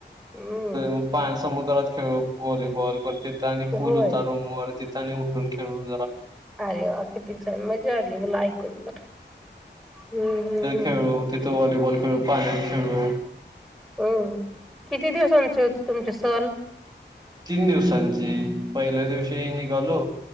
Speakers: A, in the centre; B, on the right.
A: हम्म
B: मग पाण समुद्रात खेळू व्हॉलीबॉल तिथं आणि पूल
A: होय
B: उतारोमवर तथ उून खेळू
A: अरे वा किती छान मजा आली मला ऐकून तर हम््
B: खेळू तिथं वॉलीबल खेळू पायट खेळू
A: हम् किती दिवसांचे होते तुमचे सल
B: तीन दिवसांची पहिल्या दिवशी निघालो